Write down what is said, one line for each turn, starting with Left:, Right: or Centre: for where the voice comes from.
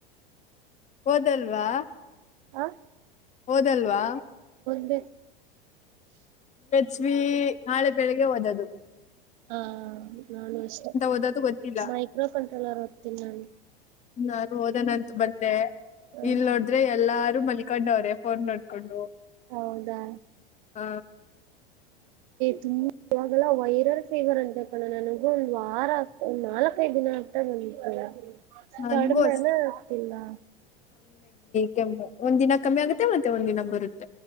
Left: ಒಂದಲ್ವಾ
Right: ಹಾ <inaudible>
Left: ಹೋದಲ್ವಾ
Right: ದ ಬ
Left: ಸ್ ನಾಳೆ ಬೆಳಗ್ ಹಓದೋದು
Right: ಹಾ ನಾನು ಇಷ್ಟ
Left: ಓದದು ಗೊತ್ತಿಲ್ಲ
Right: ಮೈಕ್ರೋ ಕಂಟ್ರೋಲರ್ ಓದ್ತೀನಿ ನಾನು.
Left: ನಾನು ಹೋದನ ಅಂತ ಬಂದೆ
Right: ಹ್ಮ್
Left: ಇಲ್ ನೋಡಿದ್ರೆ ಎಲ್ಲ. ರು ಮಲ್ಕೊಂಡವ್ರೇ ಫೋನ್ ಮಾಡಕೊಂಡು
Right: ಹೌದಾ
Left: ಹ.
Right: ತುಂಬ ಇವಾಗೆಲ್ಲ ವೈರಲ್ ಫೀವರ್ ಅಂತಕಣಣ ನನಗ ಒಂದು ವಾರ ಆಗ್ತ ಒಂದ್ ನಾಲ್ಕೈದು ದಿನ. ಮಟ್ಟಲ್ಲ
Left: ನನ್ಗೂ
Right: ಕಡಮನ್ನ
Left: ಅಷ್ಟೇ
Right: ಅತಿಲ್ಲ <inaudible>
Left: ಕೆಮ್ಮ ಒಂದ್ ದಿನ ಕಮ್ಮಿ ಆಗುತ್ತೆ ಮತ್ತೆ ಒಂದ್ ದಿನ ಬರುತ್ತ.